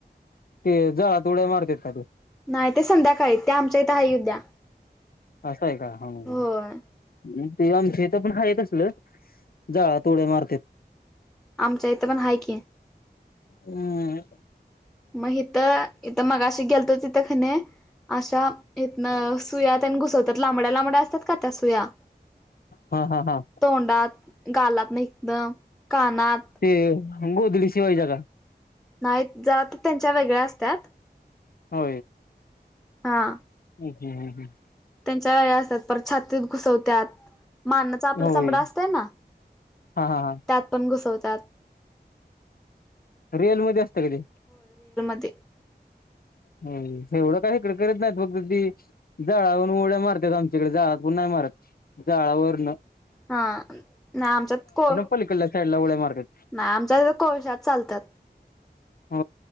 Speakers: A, on the left; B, in the centre.
A: ते जाळात उड्या मारते त...
B: नाही ते संध्याकाळी ते आमच्या इथं आहे उद्या..
A: असं आहे का ह..
B: होय
A: ते आमच्या इथ पण हाय असलं जाळात उड्या मारत...
B: आमच्याहीत पण हाय की..
A: हम्म...
B: मग तर इथं मग अशी गेलतोच इथं कणी... अशा येत ना सुया त्यांनी घुसवतात लांबड्या लांबड्या असतात का त्या सुया...
A: हा हा हा
B: तोंडात गालात इथन कानात...
A: ते गोधडी शिवायची का...
B: नाही ज तर त्यांच्या वेगळ्या असत्यात...
A: हो...
B: हा..
A: ह हं ह हं...
B: त्यांच्या असतात परत छातीत घुसवतात.. माननाचा आपला
A: होय
B: चमडा असतय ना
A: हा हा हा
B: त्यात पण घुसवत... सात...
A: रिअल मध्ये असत काय ते...
B: होते..
A: ह एवढं काही इकडे करत नाही फक्त ती जाळावरून उड्या मारतात आमच्याकडे जाळात पण.... म जाळावरण..
B: हा नाही आमच्यात को..
A: पलीकडल्या साईडला उड्या मारतात
B: नाही आमच्या तथ कोळशात चालतात..
A: हो...